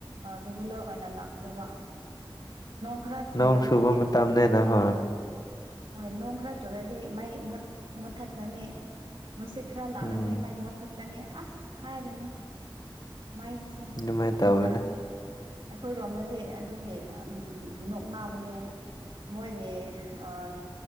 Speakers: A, on the right (about 70°); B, on the left (about 45°).
A: ꯔꯤꯒꯨꯂꯔ ꯑꯣꯏꯅ ꯂꯥꯛꯇꯦꯕ ꯈꯔ ꯆꯨꯔꯅꯤ
B: ꯅꯣꯡ ꯁꯨꯕ ꯃꯇꯝꯅꯦꯅ
A: ꯑꯃꯨꯛ
B: ꯍꯣꯏ
A: ꯍꯣꯏ ꯅꯣꯡ ꯈꯔ ꯆꯨꯔꯗꯤ ꯃꯩ ꯃꯨꯠ ꯃꯨꯠꯊꯠꯂꯅꯤ ꯅꯨꯡꯁꯤꯠ ꯈꯔ ꯂꯥꯛꯂꯗꯤ
B: ꯎꯝ
A: ꯃꯩ ꯃꯨꯠꯊꯠꯀꯅꯤ ꯑꯁ ꯍꯥꯏꯔꯅꯨ ꯃꯩꯁꯦ
B: ꯑꯗꯨꯃꯥꯏꯅ
A: ꯑꯗꯨꯅ
B: ꯇꯧꯕꯅꯦ
A: ꯑꯩꯈꯣꯏ ꯔꯣꯝꯗꯗꯤ ꯑꯗꯨꯒꯤ ꯌꯥꯝ ꯅꯣꯛꯅꯕꯅꯦ ꯃꯣꯏꯒꯤ ꯑꯥ